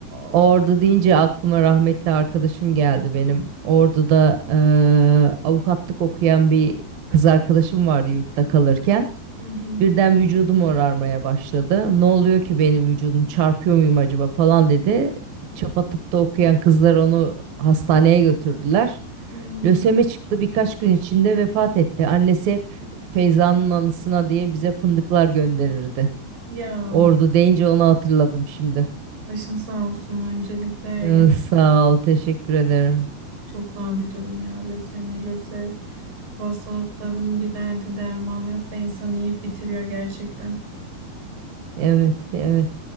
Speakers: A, on the right; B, on the right.
A: Ordu deyince aklıma rahmetli arkadaşım geldi benim. Ordu'da eee, avukatlık okuyan bir kız arkadaşım vardı yurtta kalırken.
B: Hı hı.
A: Birden vücudum orarmaya başladı. Ne oluyor ki benim vücudum çarpıyor muyum acaba falan dedi. Çapa tıpta okuyan kızlar onu hastaneye götürdüler.
B: Hmm.
A: Lösemi çıktı birkaç gün içinde vefat etti. Annesi hep Feyza'nın anısına diye bize fındıklar gönderirdi.
B: Ya
A: Ordu deyince onu hatırladım şimdi.
B: başın sağ olsun öncelikle.
A: Ee,
B: Gel-
A: Sağ ol, teşekkür ederim.
B: Çok zor bir durum ya. Lösemi, lösev bu hastalıkların bir derdi dermanı yok ve insanı yiyip bitiriyor gerçekten.
A: Evet, evet.